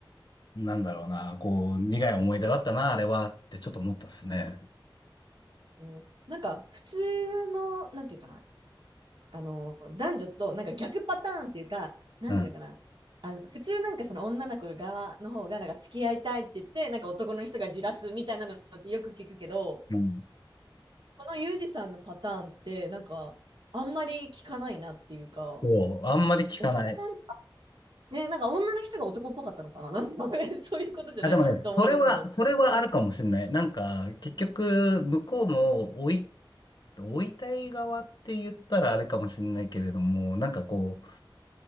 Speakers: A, on the left (about 55°); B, on the right (about 65°).
A: う、なんだろうな、こう、苦い思い出だったな、あれは、ってちょっと思ったっすね。
B: ん。えーなんか普通の、なんていうかな、あの、男女となんか逆パターンっていうか、なんていうのかな、
A: うん。
B: あの、普通なんかその女の子側の方がなんか付き合いたいって言って、なんか男の人がじらすみたいなのってよく聞くけど、
A: うん。
B: このユージさんのパターンって、なんかあんまり聞かないなっていうか、
A: そう。あんまり聞かない。
B: 男のね、なんか女の人が男っぽかったのかな <laughs> なんかね <laughs> そういうことじゃないと思うんですけど。
A: あ、でもね、それは、それはあるかもしんない。
B: そ
A: なんか、結局、向こうも、追い、追いたい側って言ったらあれかもしんないけれども、なんかこう、